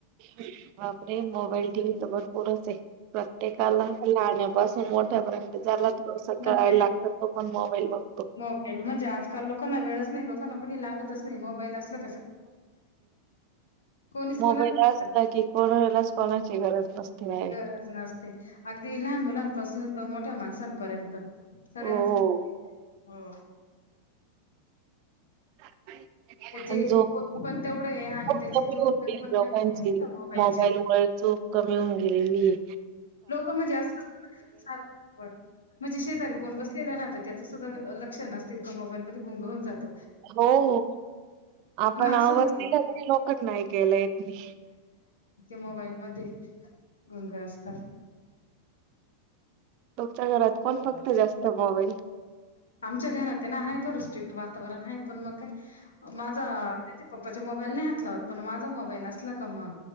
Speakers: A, on the right; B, on the left.
A: बापरे मोबाईल टी वी तर भरपूरचे. प्रत्येकाला लहान्या पासूनत <unintelligible> तोपर्यंत ज्याला जसं
B: म्हणजे
A: कळाय लागतं तो पण मोब बाई‌ गं.
B: मोबाईल म्हणजे आजकाल लोकांना वेळच नाही ये लोकांना कोणी लागतच नाही मोबाईल असल कोणीच
A: मोबाईल
B: कोणाला
A: असला की कोणालाच कोणाची गरज नसते डायरेक्ट.
B: गरज नसते अगदी लहान मुलांपासून तो मोठ्या माणसांन पर्यंत, सगळ्यांच
A: हो. हो
B: हो.
A: <unintelligible>
B: त्याचे
A: जो
B: उपयोग
A: खूप
B: पण तेवढे आहे आणि त्याचे
A: कमी
B: दुरुपयोग
A: होते
B: पण
A: लोकांची
B: तेवढे आहे ना त्या मोबाईलचे.
A: मोबाईलमुळे झोप कमी होऊन गेलेली ये
B: लोक म्हणजे अस स <unintelligible> सारखं म्हणजे शेजारी कोण बसलेलं राहत त त्याचं सुद्धा अ लक्षण असते तो मोबाईलमध्ये गुंग होउन जात
A: हो हो आपण आवाज
B: असं होईल
A: दीला होता ना तरी लोकांना
B: मोबाईल मध्ये गुंग अस तात
A: तुमच्या घरात कोण बगत कोण जास्त मोबाईल
B: आमच्या घरात येना आहे थोडं स्ट्रिक्ट वातावरण आहे पण मग काय माझा त्या पप्पाच्या मोबाईल नाही हात लावत पण माझा मोबाईल असला का मग